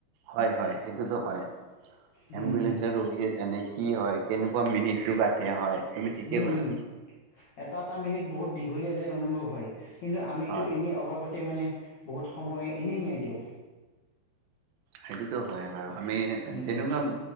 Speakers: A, on the right (about 80°); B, on the left (about 65°).
A: হয়, হয় সেইটোতো হয়এম্বুলেঞ্চৰ
B: উম উম
A: ৰোগীয়ে যেনে কি হয় কেনেকুৱা মিনিট টো কাঠে হয় তুমি ঠিকেই
B: উম,
A: ক'লা।
B: উম এটা এটা মিনিট বহুত দীঘলীয়া যেন অনুভৱ হয়। কিন্তু আমিতো
A: হয়
B: এনেই অভাৱতে মানে বহুত সময় এনেই নিয়াই দিওঁ।
A: সেইটোতো হয় বাৰু আমি
B: উম
A: তেনেকুৱা
B: উম